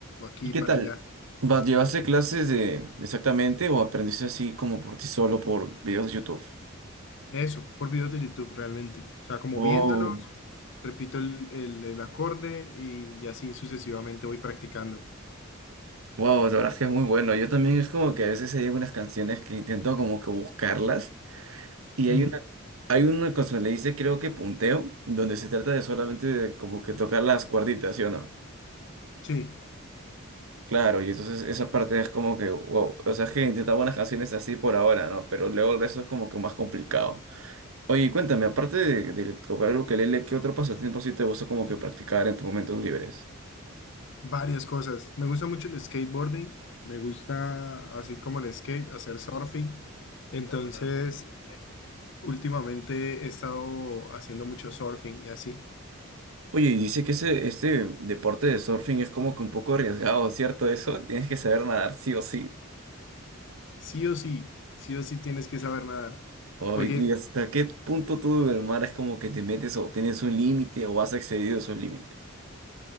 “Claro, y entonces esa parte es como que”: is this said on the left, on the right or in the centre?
Right